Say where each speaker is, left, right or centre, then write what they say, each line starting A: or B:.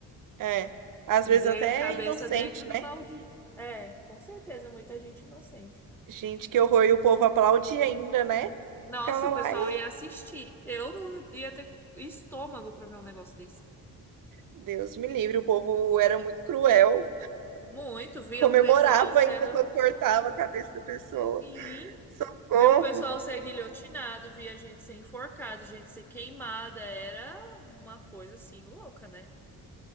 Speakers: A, on the right; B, in the centre.
A: É. Às
B: E
A: vezes
B: dei
A: até
B: a cabeça
A: inocente,
B: dentro do
A: né?
B: baldinho. É, com certeza, muita gente inocente.
A: Gente, que horror. E o povo aplaudia ainda, né?
B: Nossa,
A: Ficava
B: o
A: lá,
B: pessoal
A: é,
B: ia assistir. Eu não ia ter estômago para ver um negócio desse.
A: Deus me livre, o povo era muito cruel.
B: Muito, via
A: Comemorava
B: o pessoal sendo.
A: ainda quando cortava a cabeça da pessoa.
B: Sim,
A: Socorro!
B: via o pessoal ser guilhotinado, via gente ser enforcada, gente ser queimada. Era uma coisa assim louca, né?